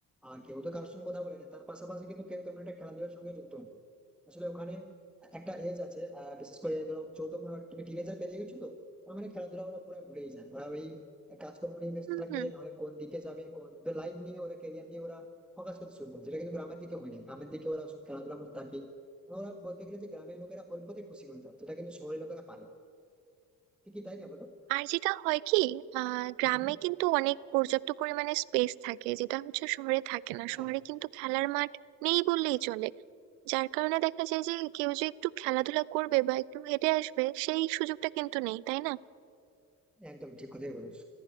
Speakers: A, in the centre; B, on the right.
A: আহ কেউ তো কারোর সঙ্গে কথা বলেনি তার পাশাপাশি কিন্তু কেউ তেমন একটা খেলাধুলার সঙ্গে যুক্ত নেই আসলে ওখানে একটা এজ আছে আহ বিশেষ করে ধরো চৌদ্দ পনেরো তুমি টিনেজার পেরিয়ে গেছো তো ওরা মানে খেলাধুলা ওরা পুরো ভুলেই যায় ওরা ওই কাজকর্ম নিয়ে ব্যস্ত
B: হুম
A: থাকে
B: হুম
A: নাহলে কোন দিকে যাবে কোন লাইফ নিয়ে ওরা কেরিয়ার নিয়ে ওরা ফোকাস করতে শুরু করে যেটা কিন্তু গ্রামের দিকে হয় না গ্রামের দিকে ওরা সব খেলাধুলার মধ্যে থাকে ওরা বলতে গেলে যে গ্রামের লোকেরা অল্পতেই খুশি হয়ে যায় যেটা কিন্তু শহরের লোকেরা পারে না। ঠিকই তাই না বলো
B: আর যেটা হয় কি আহ গ্রামে
A: হুম।
B: কিন্তু অনেক পর্যাপ্ত পরিমাণে স্পেস থাকে যেটা হচ্ছে শহরে থাকে না
A: হ্যাঁ
B: শহরে কিন্তু খেলার মাঠ নেই বললেই চলে যার কারণে দেখা যায় যে কেউ যে একটু খেলাধুলা করবে বা একটু হেঁটে আসবে সেই সুযোগটা কিন্তু নেই তাই না
A: একদম ঠিক কথাই বলেছো